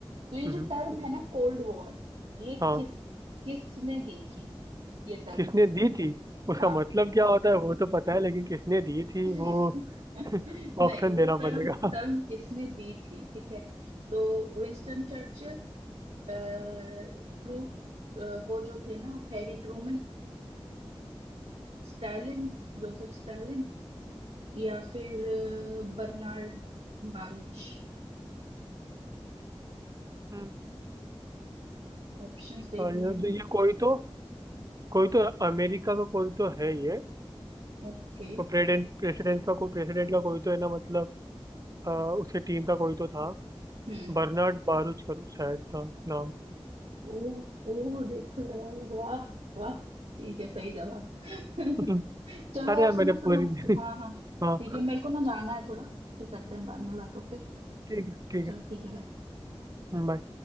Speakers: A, on the right; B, on the right.
A: तो ये
B: हम्म,
A: जो टर्म है ना कोल्ड वॉर ये
B: हाँ
A: किस किसने दी थी ये टर्म
B: किसने दी थी उसका
A: हाँ
B: मतलब क्या होता है वो तो पता है लेकिन किसने दी थी
A: <laughs>
B: वो
A: नहीं
B: <laughs> ऑप्शन
A: वो
B: देना
A: टर्म
B: पड़ेगा
A: टर्म किसने दी थी ठीक है तो विंस्टन चर्चिल ट्रू अ, वो जो थे ना Harry Truman Stalin Joseph Stalin या फिर अ, बर्नार्ड बारुच
B: <laughs> हम्म,
A: ऑप्शंस दे
B: और
A: दिए
B: ये
A: हैं
B: ये कोई तो कोई तो अमेरिका का कोई तो है ये
A: ओके
B: वो प्रेसिडेंट प्रेसिडेंट का कोई प्रेसिडेंट का कोई तो है ना मतलब अ, उसके टीम का कोई तो था
A: हम्म
B: बर्नार्ड बारूच कर शायद था नाम
A: ओ ओ देखो जरा वाह वाह ठीक है सही जवाब <laughs>
B: <laughs>
A: चलो
B: अरे
A: यार
B: यार मैंने
A: सुनो
B: पूरी
A: सुनो
B: <laughs>
A: हाँ हाँ
B: हाँ
A: ठीक है मेरे को ना जाना है थोड़ा फिर करते हैं बाद में बात ओके
B: ठीक है ठीक
A: चलो
B: है
A: ठीक है बाय
B: बाय